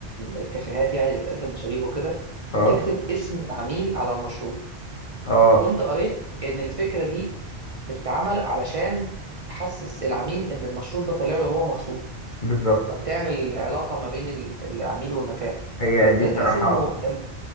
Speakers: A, on the right; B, on the left.
A: الكافيهات يعني اللي بتقدم مشاريب وكده
B: اه
A: بتكتب اسم العميل على المشروب
B: اه
A: كنت قريت ان الفكره دي بتتعمل علشان تحسس العميل ان المشروب ده طالع له هو مخصوص
B: بالظبط
A: فبتعمل علاقه ما بين ال- العميل والمكان
B: هي
A: فابتديت
B: دي الصراحة
A: احس انه الم-